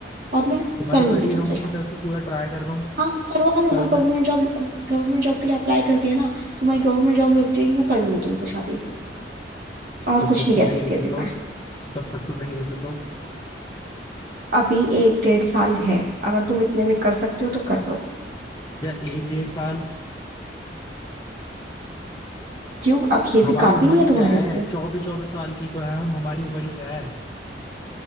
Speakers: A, on the right; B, on the left.
A: और मैं
B: तो मैं
A: कर
B: तो
A: लूंगी
B: कर ही
A: तुमसे
B: रहा हूँ
A: शादी
B: अपनी तरफ से पूरा ट्राई कर रहा हूँ
A: हाँ करवा लो
B: पर
A: ना
B: अगर
A: गवर्नमेंट जॉब गवर्नमेंट जॉब के लिए अप्लाई कर दिया ना तुम्हारी गवर्नमेंट जॉब लग जाएगी मैं कर लूंगी तुमसे शादी और
B: तब
A: कुछ
B: तक
A: नहीं
B: तू
A: कह
B: नहीं
A: सकती
B: रुकी
A: अभी
B: तो
A: मैं
B: तब तक तू नहीं रुकी तो
A: अभी एक डेढ़ साल है अगर तुम इतने में कर सकते हो तो कर लो
B: यार एक डेढ़ साल
A: क्यों अब ये
B: हमारी
A: भी काफी
B: उम्र
A: नहीं
B: ही
A: है तुम्हारे
B: क्या है
A: लिए
B: चौबीस चौबीस साल की तो है हम हमारी उम्र ही क्या है